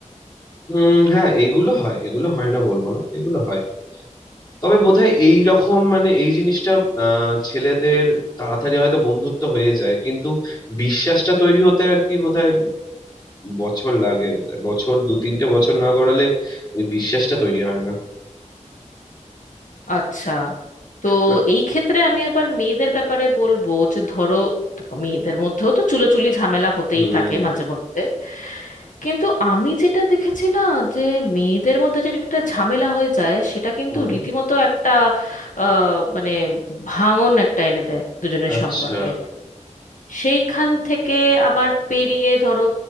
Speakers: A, on the left (about 35°); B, on the left (about 80°).
A: উম হ্যাঁ এগুলো হয় এগুলো হয় না বলবো না এগুলো হয় তবে বোধহয় এই রকম মানে এই জিনিসটা আহ, ছেলেদের তাড়াতাড়ি হয়তো বন্ধুত্ব হয়ে যায় কিন্তু বিশ্বাসটা তৈরি হতে আর কি বোধহয় বছর লাগে বোধহয় বছর দু তিনটে বছর না গড়ালে ওই বিশ্বাসটা তৈরি হয় না
B: আচ্ছা তো
A: বা-
B: এই ক্ষেত্রে আমি আবার মেয়েদের ব্যাপারে বলবো যে ধরো দেখো, মেয়েদের মধ্যেও তো চুলোচুলি ঝামেলা হতেই
A: হুম
B: থাকে মাঝে মধ্যে কিন্তু আমি যেটা দেখেছি না যে মেয়েদের মধ্যে যেটা একটা ঝামেলা হয়ে যায় সেটা কিন্তু
A: হুম
B: রীতিমতো একটা আহ, মানে ভাঙন একটা এনে দেয় দুজনের
A: আচ্ছা
B: সম্পর্কে সেইখান থেকে আবার পেরিয়ে ধরো